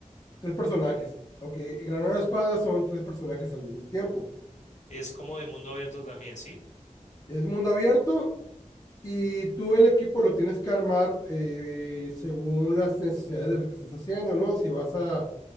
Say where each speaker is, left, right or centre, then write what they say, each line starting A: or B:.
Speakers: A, on the left (about 25°); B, on the left (about 60°).
A: Tres personajes. Ok, Granada Espada son tres personajes al mismo tiempo.
B: Es como de mundo abierto también, ¿sí?
A: Es mundo abierto y tú el equipo lo tienes que armar eh, según las necesidades de lo que estás haciendo, ¿no? Si vas a,